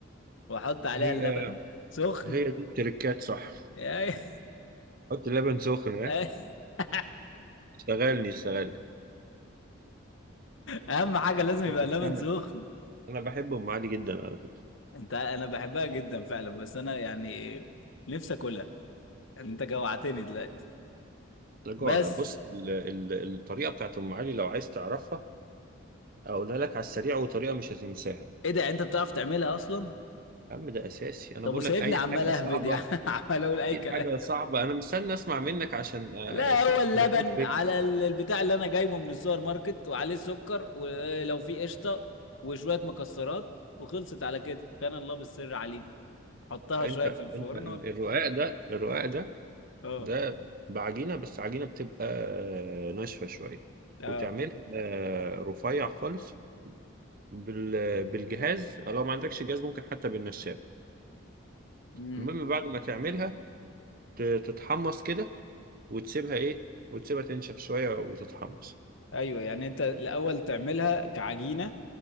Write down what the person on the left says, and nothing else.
واحط عليها
اللبن سخن
أي-
<laughs>
اهم حاجه لازم يبقى
اللبن
سخن
انت انا بحبها جدا فعلا بس انا يعني نفسي اكلها يعني انت جوعتني دلوقتي
بس
ايه ده يعني انت بتعرف تعملها اصلا
طب
وسايبني
عمال
اهبد
يعني <laughs> عمال اقول اي
كلام
لا
هو
اللبن
على ال- البتاع اللي انا جايبه من السوبر ماركت وعليه السكر ولو في قشطه وشويه مكسرات وخلصت على كده كان الله بالسر عليم حطها
شويه في الفرن
واكل
اه
اه
امم
ايوه يعني انت الاول تعملها كعجينه